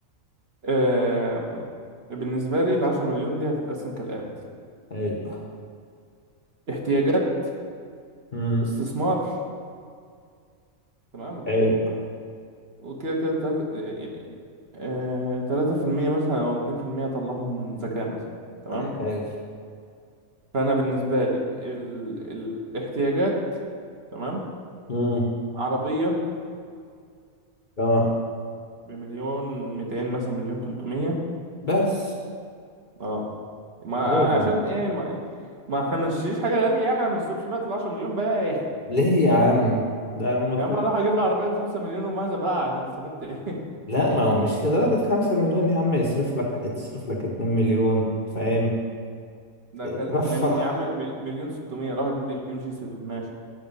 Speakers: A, on the right; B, on the left.
A: آه بالنسبة لي العشرة مليون دي هتتقسم كالآتي
B: حلو
A: احتياجات
B: امم
A: استثمار تمام
B: حلو
A: وكده كده تلاتة يعني آه تلاتة في المية مثلا أو اتنين في المية أطلعهم زكاة مثلا تمام
B: حلو
A: فأنا بالنسبة لي ال... الاحتياجات تمام
B: امم
A: عربية
B: اه
A: بمليون ميتين مثلا مليون تلتمية
B: بس
A: اه ما
B: ليه يعني
A: عشان ايه ما ما احنا ما نشتريش حاجه غاليه يعني ما نصرفش بقى ال 10 مليون بقى
B: ليه يا عم ده
A: <laughs>
B: المفروض
A: يا عم اروح اجيب لي عربيه ب 5 مليون وماذا بقى انا استفدت ايه
B: لا ما هو مش لدرجة خمسة مليون يا عم يصرف لك تصرف لك اتنين مليون فاهم
A: <laughs> ده خل...
B: رفح
A: ملي... يا عم مل- مليون 600 راح اجيب لي ام جي 7 ماشي